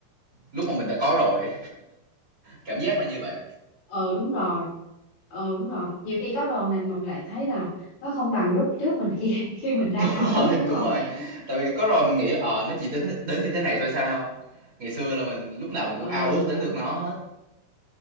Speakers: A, on the right; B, on the left.
A: lúc mà mình đã có rồi cảm giác là như vậy
B: ờ đúng rồi ờ đúng rồi nhiều khi có rồi này mình lại thấy là nó không bằng lúc trước mình khi <laughs>
A: <laughs>
B: khi mình
A: đúng
B: đang ao ước
A: rồi
B: đúng
A: đúng
B: không
A: rồi tại vì có rồi mình nghĩ là ờ à, nó chỉ đến đến như thế này thôi sao ngày xưa là mình lúc nào mình
B: ờ
A: cũng ao ước đến
B: đó
A: được nó hết